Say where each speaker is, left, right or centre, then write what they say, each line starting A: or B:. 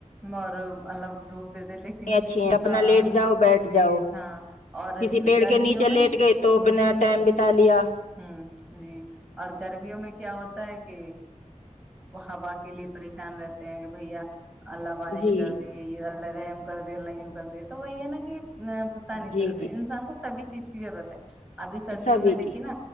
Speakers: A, in the centre; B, on the left.
A: اور اللہ دھوپ د د لیکن
B: اچھی ہے اپنا
A: ہاں
B: لیٹ جاؤ بیٹھ
A: جی
B: جاؤ
A: ہاں اور
B: کسی پیڑ
A: گرمیوں
B: کے نیچے
A: میں
B: لیٹ گئے تو
A: ہوں
B: اپنا ٹائم ب تالیا
A: ہوں جی اور گرمیوں میں کیا ہوتا ہے کہ ہوا کے لیے پریشان رہتے ہیں کہ بھیا اللہ بارش
B: جی
A: کر دے اللہ رحم کر دے لم کر دے تو وہی ہے نا کہ میں پتہ نہیں چلتا
B: جی جی
A: انسان کو سبھی چیز جرورت ہے ابھی سردیوں
B: سبھی
A: میں دیکھی
B: کی
A: نا